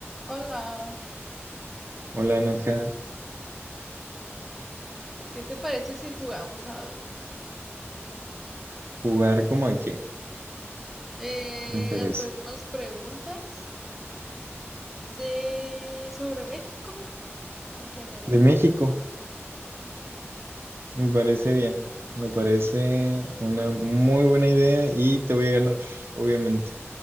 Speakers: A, in the centre; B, on the right.
A: Hola,
B: Hola Nadja,
A: ¿qué te parece si jugamos a algo?
B: jugar como a qué,
A: Eh,
B: me interesa.
A: hacer unas preguntas de sobre México en general.
B: De México,
A: Ujú.
B: me parece bien, me parece una muy buena idea y te voy a ganar, obviamente,